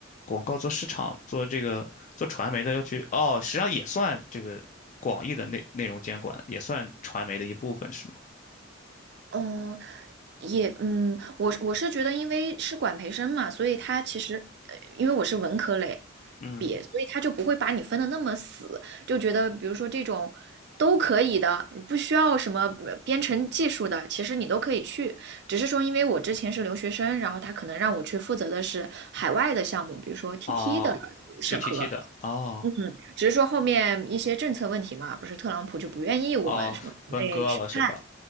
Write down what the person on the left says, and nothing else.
广告、做市场、做这个做传媒的要去？哦，实际上也算这个广义的内内容监管，也算传媒的一部分，是吗？
嗯，
哦，
就 TT 的，哦
哦，分割了是吧？